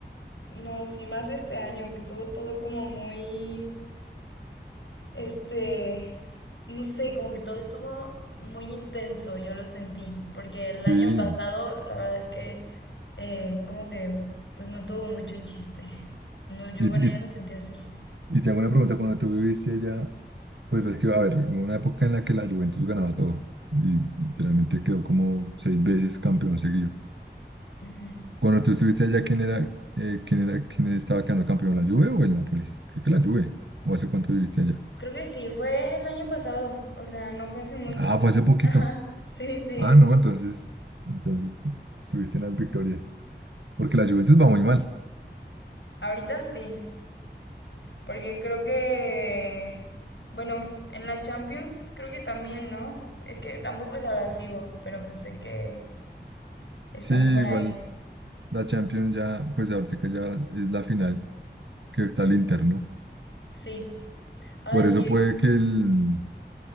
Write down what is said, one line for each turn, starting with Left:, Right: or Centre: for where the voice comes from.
Left: No, sí, más este año que estuvo todo como muy Este, no sé, como que todo estuvo muy intenso, yo lo sentí, porque el
Right: Sí,
Left: año pasado la verdad es que eh, como que pues no tuvo mucho chiste. No, yo
Right: y,
Left: bueno, yo
Right: y,
Left: lo sentí así.
Right: y te hago una pregunta, cuando tú viviste allá Pues ves que va a haber una época en la que la Juventus ganaba todo y literalmente quedó como seis veces campeón seguido.
Left: Ujú.
Right: Cuando tú estuviste allá, ¿quién era, eh, quién era, quién estaba quedando campeón, la Juve o el Napoli? Creo que la Juve. ¿O hace cuánto viviste allá?
Left: Creo que sí, fue el año pasado, o sea, no fue hace mucho.
Right: Ah, fue hace poquito.
Left: Ajá, sí, sí.
Right: Ah, no, entonces, entonces estuviste en las victorias. Porque la Juventus va muy mal.
Left: Ahorita sí, porque creo que, bueno, en la Champions creo que también, ¿no? Es que tampoco se la sigo, pero pues sé que están
Right: Sí, igual
Left: por ahí.
Right: la Champions ya, pues ahorita ya es la final que está
Left: Mm,
Right: el Inter, ¿no?
Left: Sí, ay
Right: Por
Left: sí,
Right: eso puede que el,